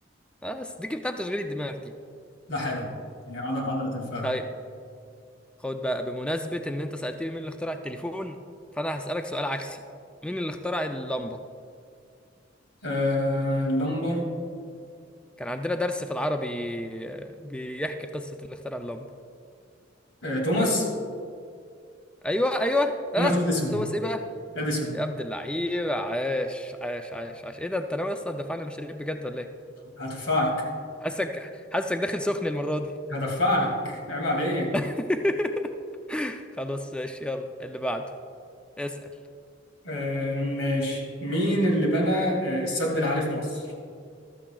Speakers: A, in the centre; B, on the left (about 85°).
A: اه بس دي جبتها بتشغيل الدماغ دي
B: لا حلو يعني عضل عضلة الفخذ
A: طيب خد بقى بمناسبة ان انت سألتني مين اللي اخترع التليفون فانا هسألك سؤال عكسي مين اللي اخترع اللمبة
B: آه اللمبة
A: كان عندنا درس في العربي آه، بيحكي قصة اللي اخترع اللمبة
B: آه توماس
A: ايوه ايوه
B: توماس
A: اه
B: اديسون
A: توماس ايه بقى
B: اديسون
A: يا عبد اللعيب عاش عاش عاش عاش ايه ده انت ناوي اصلا تدفعني مشاريع بجد ولا ايه
B: هدفعك
A: حاسك حاسك داخل سخن المرة دي
B: هدفعك عيب عليك
A: <laughs> خلاص ماشي يلا اللي بعده اسأل
B: آه ماشي مين اللي بنى آه السد العالي في مصر